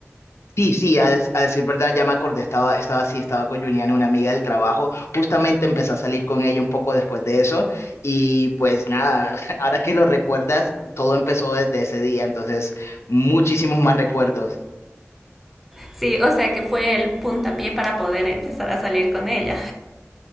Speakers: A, on the left; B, in the centre.
A: Sí, sí, a, des- a decir verdad, ya me acordé, estaba, estaba así, estaba con Juliana, una amiga del trabajo, justamente empecé a salir con ella un poco después de eso y pues nada, <laughs> ahora que lo recuerdas, todo empezó desde ese día, entonces muchísimos más recuerdos.
B: Sí, o sea que fue el puntapié para poder empezar a salir con ella.